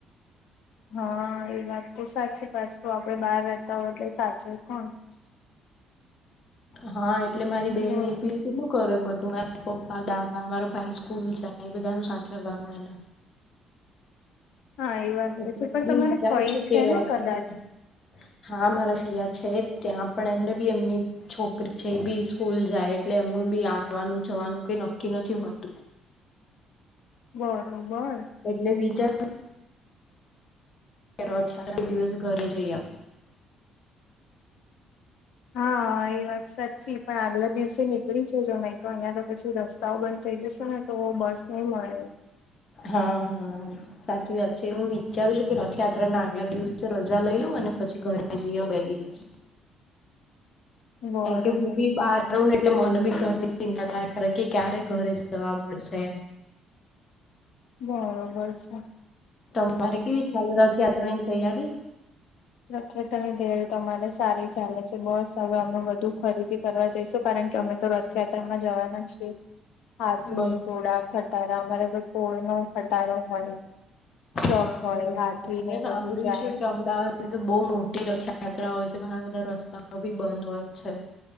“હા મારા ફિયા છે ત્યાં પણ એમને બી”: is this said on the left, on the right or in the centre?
Left